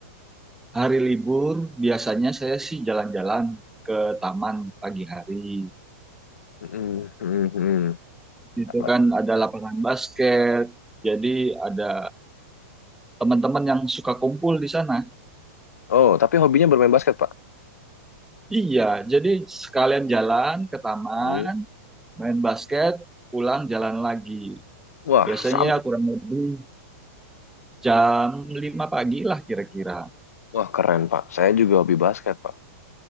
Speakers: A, in the centre; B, on the left.
A: Hari libur biasanya saya sih jalan-jalan ke taman pagi hari.
B: Mm-mm, mm-mm, mm-mm.
A: Itu
B: Apa?
A: kan ada lapangan basket. Jadi ada teman-teman yang suka kumpul di sana.
B: Oh, tapi hobinya bermain basket Pak.
A: Iya, jadi sekalian jalan ke taman,
B: Mm.
A: main basket, pulang jalan lagi.
B: Wah,
A: Biasanya
B: sama.
A: kurang lebih jam 5 pagi lah kira-kira.
B: Wah, keren Pak. Saya juga hobi basket Pak.